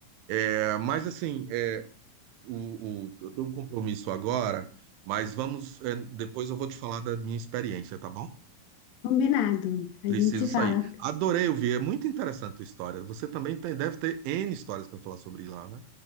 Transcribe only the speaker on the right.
É, mas, assim, é, o, o- eu tenho um compromisso agora, mas vamos. é, depois eu vou te falar da minha experiência, tá bom?
Preciso
sair. Adorei ouvir, é muito interessante a tua história. Você também tem, deve ter N histórias para falar sobre lá, né?